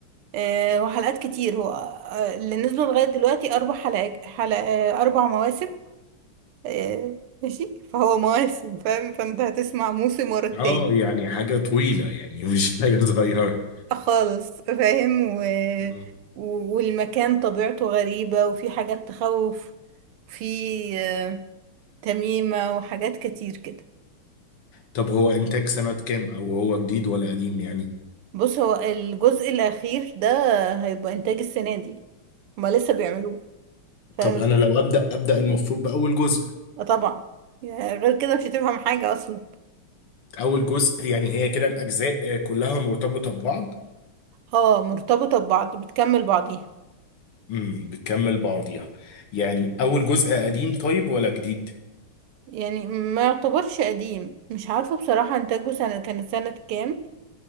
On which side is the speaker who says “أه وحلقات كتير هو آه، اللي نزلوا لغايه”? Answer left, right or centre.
Right